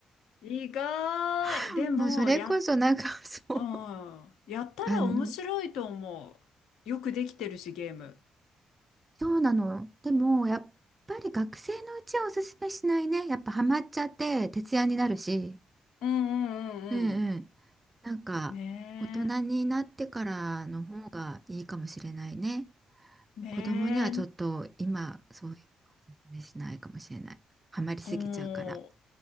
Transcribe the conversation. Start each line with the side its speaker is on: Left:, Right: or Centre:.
Left: 意外。
Right: <laughs>
Left: でも、
Right: もうそれこそなんか、
Left: や、
Right: そう、
Left: うん。やったら面白いと思う。
Right: あの、
Left: よくできてるし、ゲーム。
Right: そうなの。でも、やっぱり学生のうちはおすすめしないね。やっぱハマっちゃって徹夜になるし。
Left: うんうんうんうん。
Right: うんうん。なんか、
Left: ね
Right: 大人になってからの方がいいかもしれないね。
Left: え。ねえ。
Right: 子供にはちょっと今、そういうのおすすめしないかもしれない。ハマりすぎちゃうから。
Left: うん。